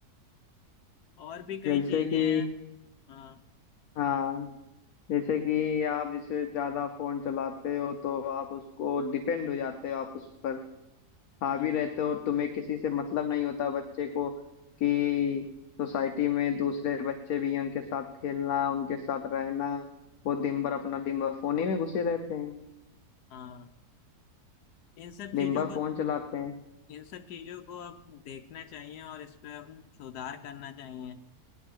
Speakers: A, on the left (about 85°); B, on the left (about 70°).
A: और भी कई
B: जैसे
A: चीजें
B: कि
A: हैं हाँ
B: हाँ जैसे कि आप जैसे ज्यादा फोन चलाते हो तो आप उसको डिपेंड हो जाते हो आप उस पर हावी
A: हम्म,
B: रहते हो तुम्हें किसी से मतलब नहीं होता बच्चे को कि सोसाइटी में दूसरे बच्चे भी हैं उनके साथ खेलना उनके साथ रहना वो दिन भर अपना दिन भर फोन ही में घुसे रहते हैं
A: हाँ इन सब
B: दिन
A: चीजों
B: भर
A: को
B: फोन चलाते हैं
A: इन सब चीजों को अब देखना चाहिए और इस पे अब सुधार करना चाहिए